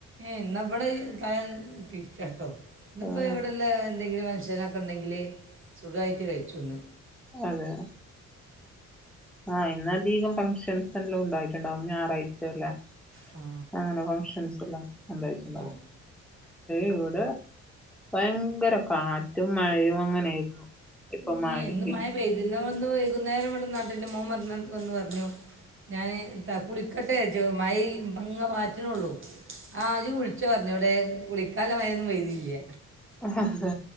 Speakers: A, on the right; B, in the centre.
A: ഇന്ന ഇവിടെ തിരിച്ച കേട്ടോ ഇന്നപ്പോ
B: ആഹ്
A: ഇവിടെല്ല എന്തെങ്കിലും മനുഷ്യന ഉണ്ടെങ്കിൽ സുഖമായിട്ട് കഴിച്ചുന്ന്
B: അതെയ ആ എന്നന്ന അധികം ഫങ്ഷൻസ് ഉണ്ടായിട്ടുണ്ടാവും ഞായറാഴ്ച അല്ലെ
A: ആ
B: അങ്ങനെ ഫഷൻസ്ല്ലാം എന്തായിട്ടുണ്ടാവും
A: ആ ആ
B: ഇവിടെ ഭയങ്കര കാറ്റും മഴയും അങ്ങനെയായിരുന്നു ഇപ്പൊ
A: ഏ
B: മാല്
A: മഴ പെയ്തിുന്ന വന്ന് വൈകുന്നേരം ഇവിടെ നാടിിന്റെ മോൻ മറിഞ്ഞാ വന്ന് പറഞ്ഞു ഞാൻ കുളിക്കട്ടെ മൈ മങ്ങ വാറ്റിനേ ഉള്ളൂ ആഹ് അത് വിളിച്ച പറഞ്ഞ ഇവിടെ കുളിക്കാലമായൊന്നും പെയുതിയില്ല
B: ഹ ഹ